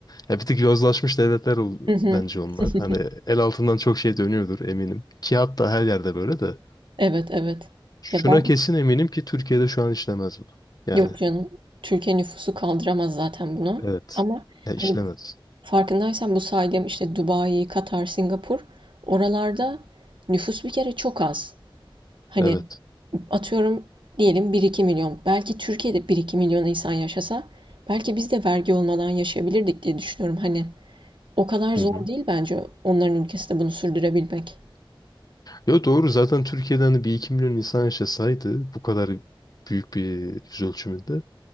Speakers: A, on the left (about 45°); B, on the right (about 65°).
A: ya bir tık yozlaşmış devletler ol-
B: Hı hı.
A: bence onlar.
B: <laughs>
A: Hani el altından çok şey dönüyordur eminim. Ki hatta her yerde böyle de.
B: Evet evet.
A: Şuna
B: Ya ben
A: kesin eminim ki Türkiye'de şu an işlemez bu. Yani
B: yok canım. Türkiye nüfusu kaldıramaz zaten bunu.
A: evet.
B: Ama
A: Ya
B: hani
A: işlemez.
B: farkındaysan bu saydığım işte Dubai, Katar, Singapur oralarda nüfus bir kere çok az. Hani
A: Evet.
B: atıyorum diyelim bir iki milyon. Belki Türkiye'de bir iki milyon insan yaşasa belki biz de vergi olmadan yaşayabilirdik diye düşünüyorum. Hani o kadar
A: Hı
B: zor
A: hı.
B: değil bence onların ülkesinde bunu sürdürebilmek.
A: Yo doğru zaten Türkiye'de hani bir iki milyon insan yaşasaydı bu kadar büyük bir yüz ölçümünde